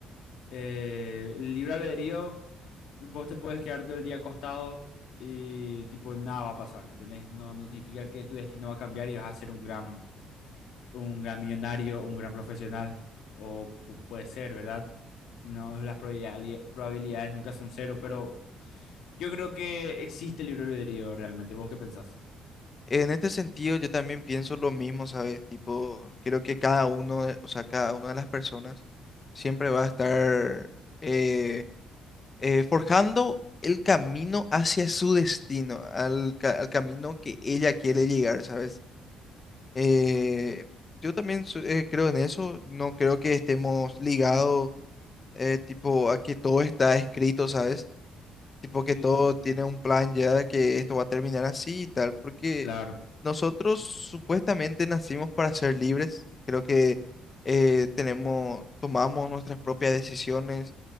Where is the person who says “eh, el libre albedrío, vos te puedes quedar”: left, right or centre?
Left